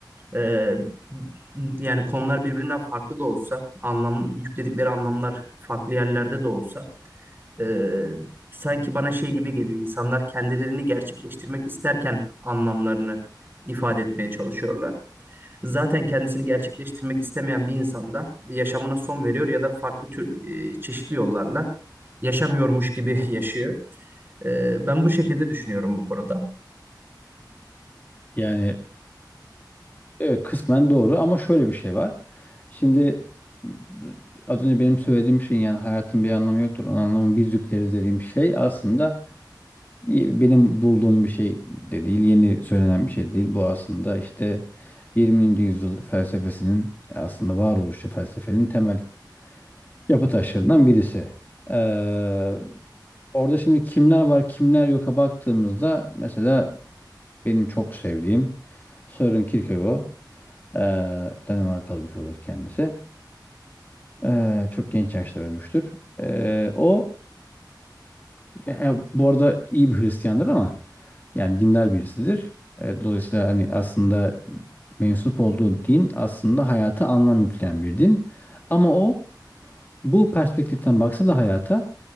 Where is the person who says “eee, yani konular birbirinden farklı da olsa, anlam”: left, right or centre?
Right